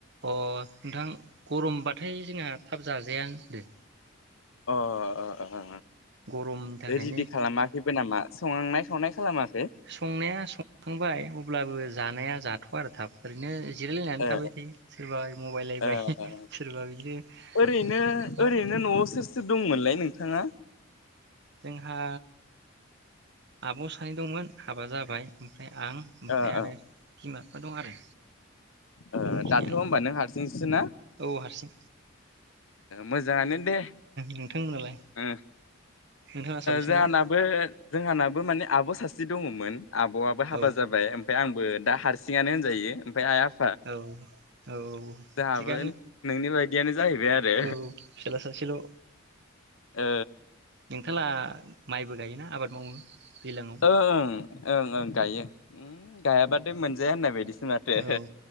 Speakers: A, on the right; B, on the left.
A: अ नोंथां गरमबाथाय जोंना थाब जाजायानो होनदो
B: अ अ अ
A: गरमनि थाखायनो
B: रेडि खालामाखैबो नामा संनाय खावनाय खालामाखै
A: संनाया संखांबाय अब्लाबो जानाया जाथ' आरो थाब ओरैनो इ जिरायलायनानै
B: ओ
A: थाबाय थायो सोरबा मबाइलायबाय
B: ओ ओ
A: सोरबा बिदिनो
B: ओरैनो
A: माबाय
B: ओरैनो न'आव सोर सोर दंमोनलाय नोंथाङा
A: जोंहा आब' सानै दंमोन हाबा जाबाय ओमफ्राय आं ओमफ्राय
B: ओ
A: आरो
B: ओ
A: बिमा दं आरो
B: ओ
A: बेखिनियानो
B: दाथ' होमबा नों हारसिंससो ना?
A: औ हारसिं।
B: मोजाङानो दे
A: नोंथांमोनालाय
B: ओ
A: नोंथाङा साबेसेमोनलाय
B: जोंहानाबो जोंहानाबो माने आब' सासे दङमोन। आब'आबो हाबा
A: औ
B: जाबाय ओमफ्राय आं बो दा हारसिंयानो होनजायो आइ आफ
A: औ औ
B: जोंहाबो
A: थिगानो।
B: नोंनि बायदियानो जाहैबाय आरो
A: औ फिसाला सासेल'।
B: ओ
A: खान्थाला माइबो गायोना आबाद मावो। दैलाङाव
B: ओ ओ। ओं ओं गायो। उ गायाबाथाय मोन <unintelligible> होननाय बायदि। माथो
A: औ